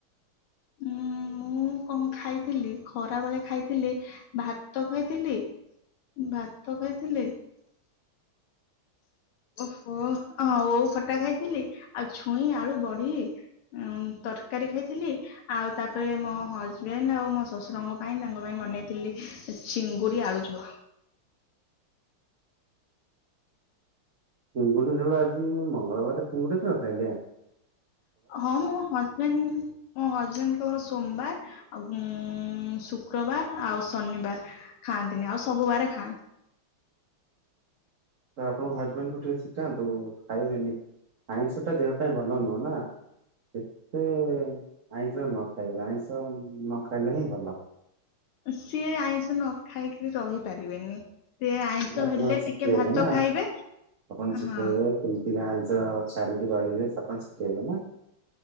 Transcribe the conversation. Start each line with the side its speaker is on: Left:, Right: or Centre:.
Left: ହୁଁ। ମୁଁ କଣ ଖାଇଥିଲି, ଖରା ବେଳେ ଖାଇଥିଲି ଭାତ ଖାଇଥିଲି ଭାତ ଖାଇଥିଲି ଓହୋ ହଁ ଓଉ ଖଟା ଖାଇଥିଲି ଆଉ ଛୁଇଁ, ଆଳୁ, ବଡି ଉ-ଉ-ଉ ତରକାରୀ ଖାଇଥିଲି। ଆଉ ତାପରେ ମୋ ହଜବେଣ୍ଡ ଆଉ ମୋ ଶଶୁରଙ୍କ ପାଇଁ ତାଙ୍କ ପାଇଁ ବନେଇଥିଲି ଚିଙ୍ଗୁଡି ଆଳୁ ଝୋଳ।
Right: ଚିଙ୍ଗୁଡି ଝୋଳ ଆଜି-ଇ-ଇ-ଇ ମଙ୍ଗଳବାରେ ଚିଙ୍ଗୁଡି ଖାଅ ତାହେଲେ?
Left: ହଁ ମୋ ହଜବେଣ୍ଡ ମୋ ହଜବେଣ୍ଡଙ୍କର ସୋମବାର ଆଉଁ-ଉ-ଉ-ଉ ଶୁକ୍ରବାର ଆଉ ଶନିବାର। ଖାଆନ୍ତିନି ଆଉ ସବୁ ବାରେ ଖାଆନ୍ତି।
Right: ତ ଆପଣଙ୍କ ହଜବେଣ୍ଡ କୁ ଟିକେ ଶିଖାନ୍ତୁ ଖାଇବେନି ଆଇଁଷ ଟା ଦେହ ପାଇଁ ଭଲ ନୁହଁ ନା। ଯେତେ-ଏ-ଏ-ଏ ଆଇଁଷ ନ ଖାଇବେ ଆଇଁଷ ନ ଖାଇଲେ ହିଁ ଭଲ।
Left: ସିଏ ଆଇଁଷ ନ ଖାଇକିରି ରହିପାରିବେନି। ସେ ଆଇଁଷ
Right: ନାଇଁ ଆପଣ
Left: ହେଲେ
Right: ଶିଖେଇବେ
Left: ଟିକେ ଭାତ
Right: ନା।
Left: ଖାଇବେ
Right: ଆପଣ ଶିଖେଇବେ
Left: ହଁ।
Right: କେମିତି ଆଇଁଷ-ଅ-ଅ ଛାଡିକି ରହିବେ ସପଣ ଶିଖେଇବେ ନା।